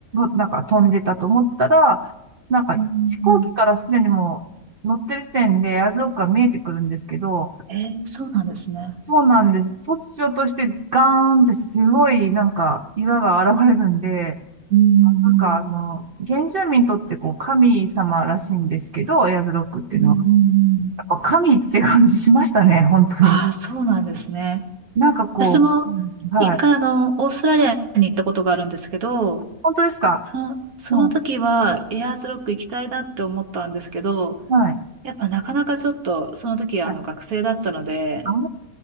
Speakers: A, on the right; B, on the right.
A: なんか飛んでたと思ったら、なんか、
B: うんう
A: 飛行機からすでにもう乗ってる時点でエアーズロックが見えてくるんですけど、
B: んうんえー、そうなんですね。
A: そうなんです。突如としてガーンってすごいなんか岩が現れるんで、
B: うんうんうん
A: なんかあの、原住民にとってこう神様らしいんですけど、エアーズロックっていうのは。
B: うんうんうん。
A: やっぱ神って感じしましたね、本当に。
B: ああ、そうなんですね。
A: なんかこう、
B: 私も一回あの、
A: うんはい。
B: オーストラリアに行ったことがあるんですけど、
A: 本当ですか
B: その、その時はエアーズロック行きたいなって思ったんですけど、
A: うんはい。
B: やっぱなかなかちょっとその時あの学生だったので、
A: はい。あ